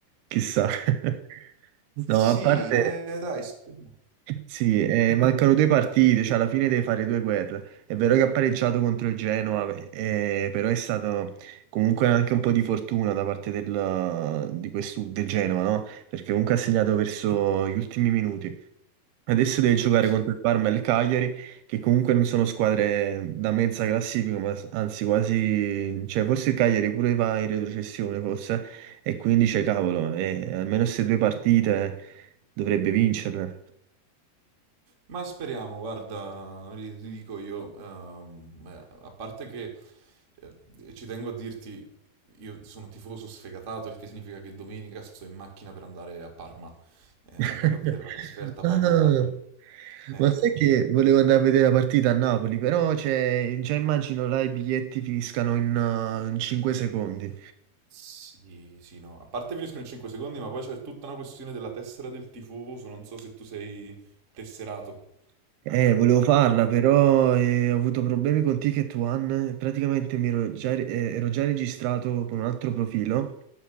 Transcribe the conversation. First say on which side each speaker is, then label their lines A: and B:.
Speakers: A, on the right; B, on the right.
A: Chissà. <laughs>
B: Sì,
A: No, a parte,
B: eh, dai, spe-
A: sì, eh, mancano due partite, cioè alla fine deve fare due guerre. È vero che ha pareggiato contro il Genoa, beh, eh, però è stato comunque anche un po' di fortuna da parte del, di questo, del Genoa, no? Perché comunque ha segnato verso gli ultimi minuti. Adesso deve giocare
B: sì.
A: contro il Parma e il Cagliari, che comunque non sono squadre da mezza classifica, ma s- anzi quasi, cioè forse il Cagliari pure va in retrocessione forse, e quindi c'è cavolo, e almeno queste due partite dovrebbe vincerle.
B: Ma speriamo, guarda, ri- ti dico io, ehm, eh, a parte che eh, ci tengo a dirti, io sono tifoso sfegatato, il che significa che domenica sto in macchina per andare a Parma, Eh,
A: <laughs>
B: mi vado a vedere la trasferta Parma-Napoli.
A: Ah,
B: Eh,
A: ma sai che volevo andare a vedere la partita a Napoli, però cioè, già immagino là i biglietti finiscano in 5 secondi.
B: sì, sì, no, a parte finiscono in 5 secondi, ma poi c'è tutta una questione della tessera del tifoso, non so se tu sei tesserato.
A: Eh, volevo farla, però eh, ho avuto problemi con Ticket One. Praticamente mi ero già, eh, ero già registrato con un altro profilo